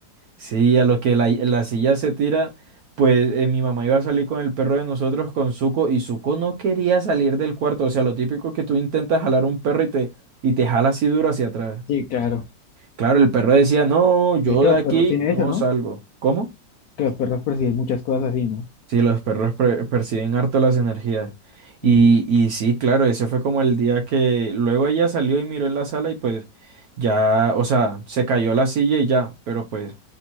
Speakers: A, on the right (about 65°); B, on the left (about 65°).
A: Sí, a lo que la, la silla se tira, pues eh, mi mamá iba a salir con el perro de nosotros, con Zuko, y Zuko no quería salir del cuarto. O sea, lo típico que tú intentas jalar un perro y te, y te jala así duro hacia atrás.
B: Sí, claro.
A: Claro, el perro decía, no, yo
B: Dicen que
A: de
B: los
A: aquí
B: perros tienen
A: no
B: eso, ¿no?
A: salgo. ¿Cómo?
B: Que los perros perciben muchas cosas así, ¿no?
A: Sí, los perros pre- perciben harto las energías. Y,
B: Mm.
A: y sí, claro, ese fue como el día que luego ella salió y miró en la sala y pues ya, o sea, se cayó la silla y ya, pero pues